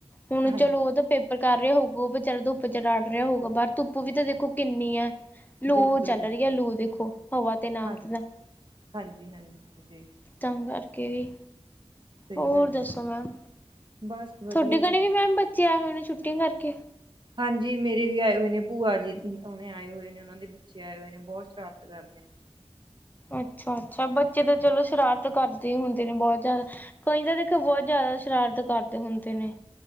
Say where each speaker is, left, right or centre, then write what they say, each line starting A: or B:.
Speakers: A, on the left; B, on the right.
A: ਹੁਨ
B: ਹਾਂਜੀ
A: ਚਲੋ ਉਹ ਤਾਂ ਪੇਪ ਕਰ ਰਿਹਾ ਹੋਊਗਾ, ਉਹ ਵਿਚਾਰਾ ਧੁੱਪ ਚ ਰੜ ਰਿਹਾ ਹੋਊਗਾ। ਬਾਰ ਧੁੱਪ ਵੀ ਤਾਂ ਦੇਖੋ ਕਿੰਨੀ ਐ, ਲੂ
B: ਬਿਲਕੁਲ
A: ਚੱਲ
B: ਬਿਲਕੁਲ
A: ਰਹੀ ਐ ਲੂ ਦੇਖੋ। ਹਵਾ ਤੇ ਨਾਮ
B: ਹਾਂਜੀ
A: ਤੇ ਦਾ,
B: ਹਾਂਜੀ ਹਾਂਜੀ ਹਾਂਜੀ
A: ਤਾਂ ਕਰਕੇ
B: ਸਹੀ
A: ਹੋਰ
B: ਗੱਲ
A: ਦੱਸੋ
B: ਹੈ ਜੀ
A: ਮੈਮ,
B: ਬਸ ਵਧੀਆ
A: ਤੁਹਾਡੇ
B: ਜੀ
A: ਗਣੇ ਵੀ ਮੈਮ ਬੱਚੇ ਆਏ ਹੋਏ ਨੇ ਛੁੱਟੀਆਂ ਕਰਕੇ।
B: ਹਾਂਜੀ ਮੇਰੇ ਵੀ ਆਏ ਹੋਏ ਨੇ, ਭੂਆ ਜੀ ਉਹਣੇ ਆਏ ਹੋਏ ਨੇ। ਓਨਾਂ ਦੇ ਬੱਚੇ ਆਏ ਹੋਏ ਨੇ, ਬੋਤ ਸ਼ਰਾਰਤਾਂ ਕਰਦੇ ਨੇ।
A: ਅੱਛਾ-ਅੱਛਾ ਬੱਚੇ ਤਾਂ ਚਲੋ ਸ਼ਰਾਰਤ ਕਰਦੇ ਹੀ ਹੁੰਦੇ ਨੇ ਬੋਤ ਜ਼ਿਆਦਾ। ਕਈ ਤਾਂ ਦੇਖੋ ਬੋਤ ਜ਼ਿਆਦਾ ਸ਼ਰਾਰਤ ਕਰਦੇ ਹੁੰਦੇ ਨੇ।